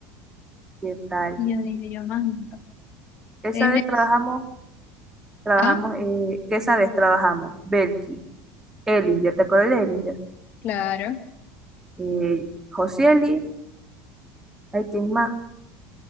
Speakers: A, on the right; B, on the left.
A: ¿Qué tal?
B: Y yo dije, yo más nunca.
A: Esa
B: Créeme
A: vez trabajamos, trabajamos,
B: Ah,
A: eh, ¿qué esa vez trabajamos? Belki, Elinger, ¿te acuerdas de Elinger?
B: claro.
A: Eh, Josieli, ¿hay quién más?